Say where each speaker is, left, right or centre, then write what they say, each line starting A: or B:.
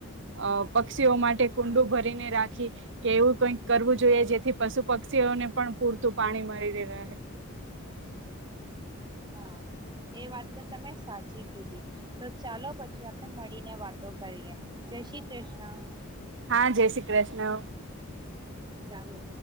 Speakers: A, on the right (about 55°); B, on the right (about 20°).
A: અ, પક્ષીઓ માટે કુંડું ભરીને રાખી, કે એવું કઈક કરવું જોઈએ, જેથી પશુ પક્ષીઓને પણ પૂરતું પાણી મળી ર, રહે.
B: હા, એ વાત તો તમે સાચી કીધી. તો ચાલો પછી આપણે મળીને વાતો કરીએ! જય શ્રી ક્રિષ્ના!
A: હા જય શ્રી કૃષ્ણ
B: ચાલો,